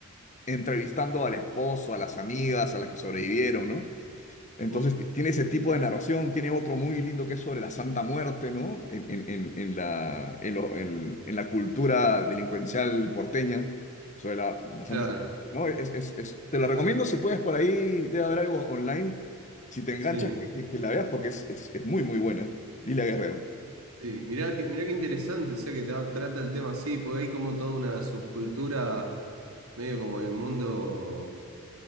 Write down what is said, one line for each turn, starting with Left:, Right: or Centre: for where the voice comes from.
Left: entrevistando al esposo, a las amigas, a las que sobrevivieron, ¿no? Entonces
Right: Mm.
Left: t- tiene ese tipo de narración, tiene otro muy lindo que es sobre la Santa Muerte, ¿no? En, en- en- en la, en, lo- en- en la cultura delincuencial porteña, sobre la, la
Right: Claro,
Left: Santa Muerte, ¿no? Es, es- es- te la recomiendo si puedes por ahí, debe haber algo online, si te enganchas,
Right: sí,
Left: que, que- que la veas porque es, es- es muy, muy buena. Lila Guerrero.
Right: sí. Mirá que, mirá qué interesante, o sea que tra- trata el tema así, porque hay como toda una subcultura, medio como el mundo